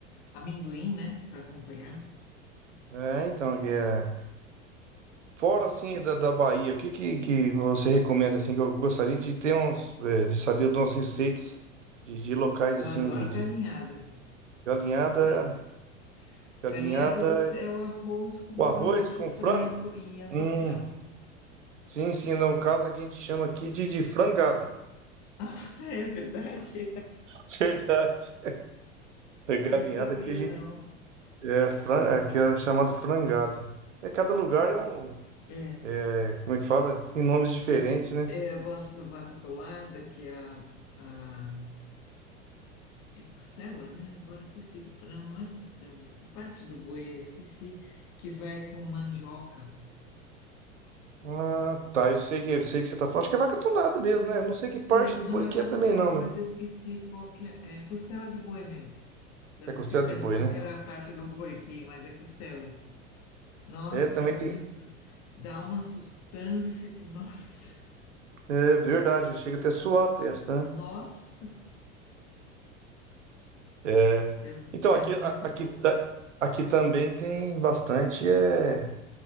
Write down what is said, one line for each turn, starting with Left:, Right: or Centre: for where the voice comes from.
Left: amendoim, né? Para acompanhar.
Right: É, então, que é... Fora assim da, da Bahia, o que, que, que você recomenda assim que eu gostaria de ter uns, é, de saber umas receitas de, de locais
Left: Eu
Right: assim
Left: adoro
Right: de, de
Left: galinhada.
Right: galinhada,
Left: Já fez?
Right: galinhada
Left: Galinhada você é o arroz com
Right: O
Left: pedaços
Right: arroz
Left: de
Right: com
Left: frango
Right: frango?
Left: e açafrão.
Right: Hum, sim, sim, não. No
Left: Nossa.
Right: caso a gente chama aqui
Left: <laughs>
Right: de, de frangada.
Left: Ah, é verdade?
Right: <laughs> Verdade. É galinhada
Left: Não sabia,
Right: aqui a gente.
Left: não.
Right: É, fran... aqui é chamado frangada. É, cada lugar é um.
Left: É.
Right: é, como é que fala? Tem nomes diferentes,
Left: Eu, go-
Right: né?
Left: é, eu gosto do vaca atolada, que é a, a é costela, né? Agora esqueci que não, não é costela. Que parte do boi é? Esqueci que vai com mandioca.
Right: Ah, tá. Eu sei que, eu sei que você tá falando. Acho que é vaca atolada mesmo, né? Eu não sei que parte
Left: É,
Right: do boi
Left: não é
Right: que
Left: vaca
Right: é também,
Left: atolada,
Right: não, mas
Left: mas eu esqueci qual que é, é costela de boi mesmo. Estava
Right: é considerado
Left: esquecendo
Right: de boi,
Left: qual
Right: né?
Left: que era a parte do boi aqui, mas é costela. Nossa,
Right: É, também
Left: é muito.
Right: tem.
Left: Dá uma sustância que, nossa,
Right: É verdade, chega até a suar a testa,
Left: <laughs> nossa,
Right: né? É.
Left: é,
Right: Então, aqui,
Left: é muito
Right: a- aqui,
Left: bom.
Right: ta- aqui também tem bastante. É...